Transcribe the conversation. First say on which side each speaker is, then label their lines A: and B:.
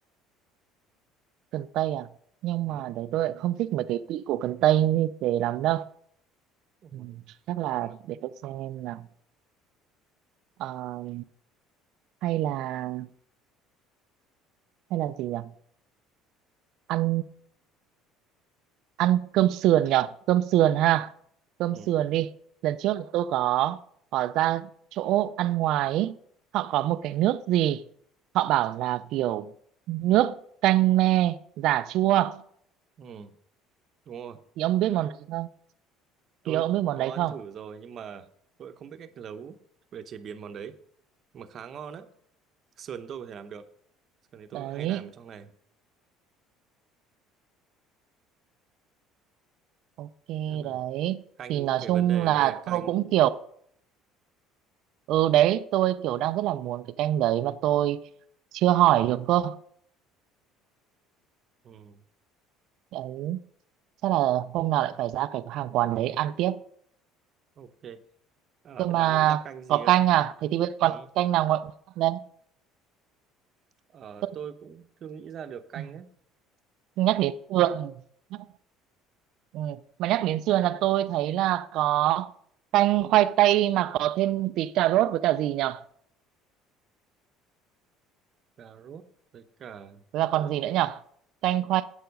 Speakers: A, on the right (about 65°); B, on the right (about 45°).
A: cần tây à nhưng
B: ừ.
A: mà đấy tôi lại không thích mấy cái vị của cần tây như thế lắm đâu
B: Ừ.
A: ừ, chắc là
B: Nhưng mà,
A: để tôi xem nào Ờ, hay là hay là gì nhỉ ăn ăn cơm sườn nhở cơm sườn ha cơm
B: ừ.
A: sườn đi lần trước là tôi có có ra chỗ ăn ngoài ấy. họ có một cái nước gì họ bảo là kiểu nước canh me giả chua
B: Ừ. đúng rồi
A: thì ông biết món đấy không
B: tôi
A: thì ông biết món
B: có
A: đấy
B: ăn
A: không
B: thử rồi nhưng mà tôi không biết cách nấu về chế biến món đấy mà khá ngon á sườn tôi có thể làm được sườn thì tôi
A: đấy
B: cũng hay làm ở trong này
A: ok
B: nên là
A: đấy
B: canh
A: thì nói
B: cái
A: chung
B: vấn đề
A: là
B: ở đây là canh
A: tôi cũng kiểu ừ đấy tôi kiểu đang rất là muốn cái canh đấy mà tôi chưa hỏi được cơ
B: ừ,
A: đấy chắc là hôm nào lại phải ra cái hàng quán đấy ăn tiếp
B: ok Ờ,
A: Cơ mà
B: thế bà nghĩ ra canh gì
A: có
B: không
A: canh à? Thế thì bây-
B: ừ.
A: còn canh nào ngoại món đấy?
B: Ờ,
A: Tức-
B: tôi cũng chưa nghĩ ra được canh
A: à,
B: ấy
A: Nhắc đến sườn, nhắc, ừ. Mà nhắc đến sườn là tôi thấy là có canh khoai tây mà có thêm tí cà rốt với cả gì nhở?
B: cà rốt với cả
A: Với cả
B: tôi
A: còn gì nữa nhở? Canh khoai,